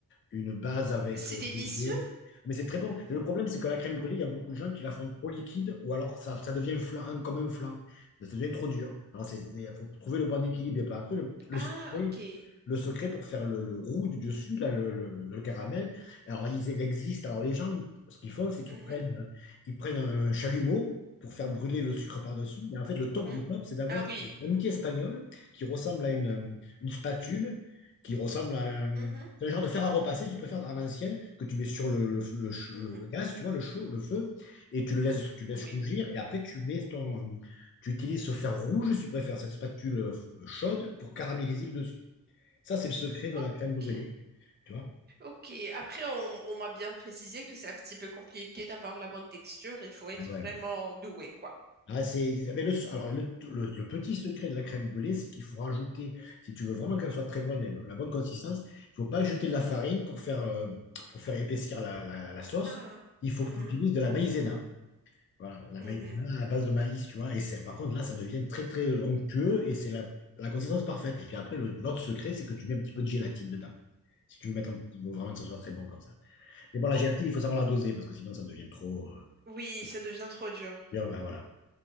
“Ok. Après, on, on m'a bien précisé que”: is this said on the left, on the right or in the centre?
Right